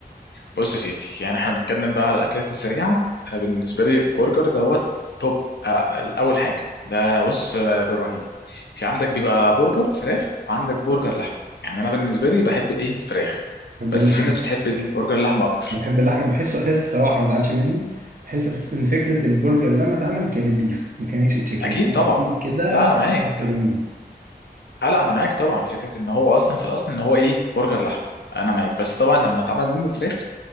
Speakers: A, on the left; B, on the right.
A: بص يا سيدي يعني احنا بنتكلم بقى على الاكلات السريعه انا بالنسبه لي البرجر دوت توب آه، اول حاجه ده بص آه، بالرهيب في عندك بيبقى برجر فراخ وعندك برجر لحم يعني انا بالنسبه لي بحب الايه الفراخ
B: بحب
A: بس
B: اللحمه
A: في ناس بتحب البرجر اللحمه اكتر
B: انا بحب اللحمه بحسه اساس الصراحه ما تزعلش مني بحس اساس ان فكره البرجر لما اتعملت كانت بيف ما كانتش تشيكن
A: اكيد طبعا
B: بيف كده
A: لا انا معاك
B: بتبقى جميله
A: اه لا انا معاك طبعا فكره ان هو اصلا في الاصل ان هو ايه برجر لحم انا معاك بس طبعا لما اتعمل منه فراخ